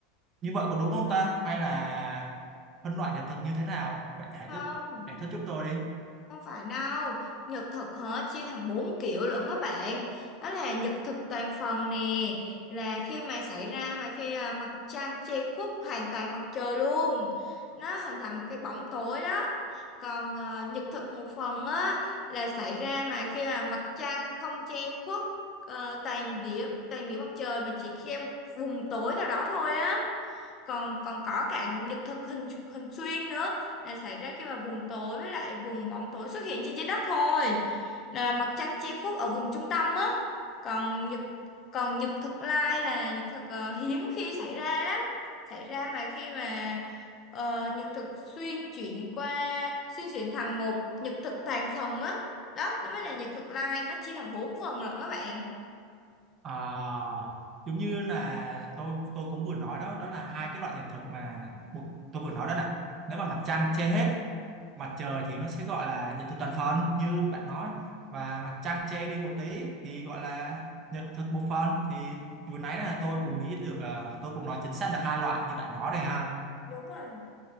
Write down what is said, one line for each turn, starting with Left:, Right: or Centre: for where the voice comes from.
Right: như vậy có đúng không ta hay là phân loại nhật thực như thế nào bạn giải
Left: không
Right: thích giải thích giúp tôi đi
Left: Không phải đâu, nhật thực hả, chia thành 4 kiểu lận á bạn. Đó là nhật thực toàn phần nè, là khi mà xảy ra mà khi à, mặt trăng che khuất hoàn toàn mặt trời luôn. Nó hình thành một cái bóng tối đó. Còn à, nhật thực một phần á là xảy ra mà khi là mặt trăng không che khuất ờ, toàn điểm toàn điểm mặt trời mà chỉ che một vùng tối nào đó thôi á còn còn có cả nhật thực hình hình xuyên nữa là xảy ra khi mà vùng tối với lại vùng bóng tối xuất hiện trên trái đất thôi là mặt trăng che khuất ở vùng trung tâm á còn nhật còn nhật thực lai là nhật thực ờ, hiếm khi xảy ra lắm xảy ra mà khi mà ờ, nhật thực xuyên chuyển qua xuyên chuyển thành một nhật thực toàn phần á đó nó mới là nhật thực lai nó chia thành bốn phần lận các bạn
Right: À, giống như là tôi tôi cũng vừa nói đó đó là hai cái loại nhật thực mà một, tôi vừa nói đó nè nếu mà mặt trăng che hết mặt trời thì nó sẽ gọi là nhật thực toàn phần như bạn nói và mặt trăng che đi một tí thì gọi là nhật thực một phần thì vừa nãy là tôi cũng nghĩ được à, tôi cũng nói chính xác được hai loại như bạn nói đây ha
Left: Đúng rồi.